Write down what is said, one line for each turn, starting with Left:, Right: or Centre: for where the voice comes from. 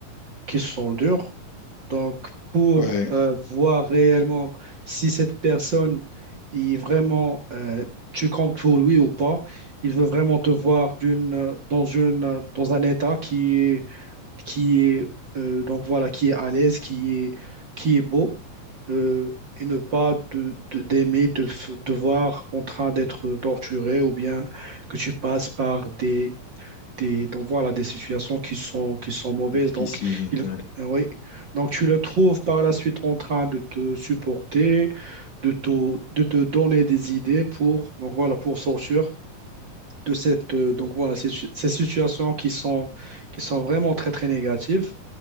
Right: qui sont dures. Donc, pour
Left: Ouais, ouais.
Right: euh, voir réellement si cette personne est vraiment, euh, tu comptes pour lui ou pas, il veut vraiment te voir d'une, euh, dans une, euh, dans un état qui est, qui est, euh, donc voilà, qui est à l'aise, qui est, qui est beau, euh, et ne pas de, de- d'aimer te, f- te voir en train d'être torturé ou bien que tu passes par des des, donc voilà, des situations qui sont, qui sont mauvaises.
Left: difficile.
Right: Donc, il,
Left: ouais.
Right: euh, oui. Donc, tu le trouves par la suite en train de te supporter, de te, de te donner des idées pour, donc voilà, pour sortir de cette, euh, donc voilà, ces, ces situations qui sont, qui sont vraiment très, très négatives.